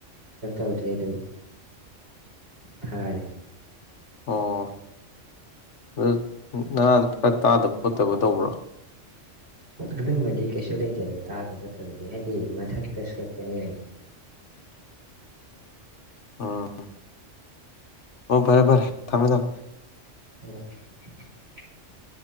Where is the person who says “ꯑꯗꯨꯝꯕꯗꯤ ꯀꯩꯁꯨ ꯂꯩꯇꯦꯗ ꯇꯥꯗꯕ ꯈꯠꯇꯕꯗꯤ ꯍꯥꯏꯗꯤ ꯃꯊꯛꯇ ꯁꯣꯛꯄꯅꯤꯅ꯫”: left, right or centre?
Right